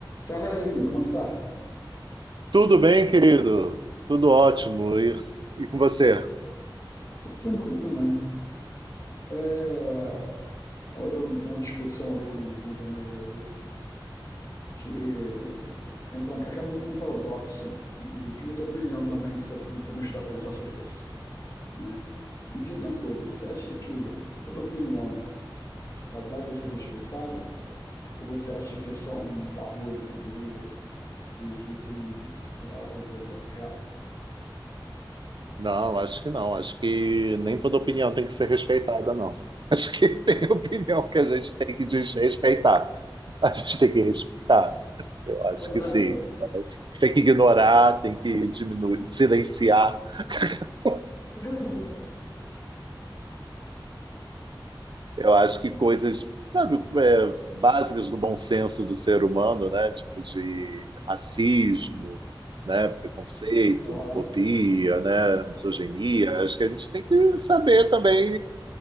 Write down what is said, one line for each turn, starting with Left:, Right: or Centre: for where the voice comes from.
Left: Fala aí, Vini, como é que tá?
Right: Tudo bem, querido? Tudo ótimo. E, e com você?
Left: Tô tranquilo também. É, tava dando uma discussão ali com, com os amigos ali, que entra, acaba entrando num paradoxo, e queria tua opinião também sobre, pra me ajudar a pensar sobre isso, né? Me diz uma coisa, você acha que toda opinião, ela deve ser respeitada? Ou você acha que só um barulho, um ruído, e que isso não, não é alguma coisa real?
Right: Não, acho que não. Acho que nem toda opinião tem que ser respeitada, não. <laughs> Acho que tem opinião que a gente tem que desrespeitar. A gente tem que respeitar. Eu acho
Left: Por
Right: que
Left: exemplo,
Right: sim. Tem que ignorar, tem que diminuir, silenciar. <laughs>
Left: <laughs>
Right: Eu acho que coisas, sabe, é, básicas do bom senso do ser humano, né? Tipo de racismo, né? Preconceito,
Left: Aham,
Right: homofobia, né? Misoginia. Acho que a gente tem que saber também.